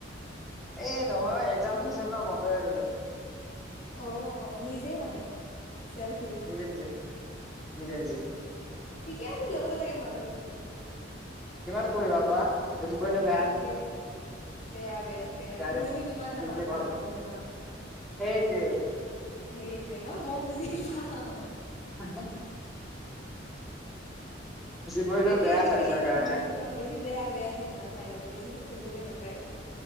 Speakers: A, in the centre; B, on the left (about 35°).
A: এই নহয় একজাম চ ন বন্ধ হৈ গলো <unintelligible>
B: অ নিজে মানে েলফ ল
A: নিজে নিজে নিজে নিজে।
B: ঠিকে আছে ল'ব লাগে মাজে মাজে <unintelligible> উ <unintelligible>
A: কিমান পঢ়িবা কোৱা <unintelligible> বেয়া
B: তাকে বেয়া বেয়া বেয়া
A: সেইকাৰণে।
B: পঢ়িনো কিমান ন
A: নিজে
B: মানুহ
A: পঢ়
B: ডাঙৰ হৈ হৈছে ন
A: সেইটোৱে
B: সেইটোৱে ন মই বুজি পাওঁ
A: আ পঢ়িলেও
B: এইটো
A: বেয়া
B: এইটো
A: স্বাস্থ্যৰ
B: ফিলিং মই
A: কাৰণে।
B: বুজি পাওঁ বেছি বেয়া বেয়া ঠাইত নাপায় নাপায় বেছিো পঢ়িবই নাপায় <unintelligible> পাই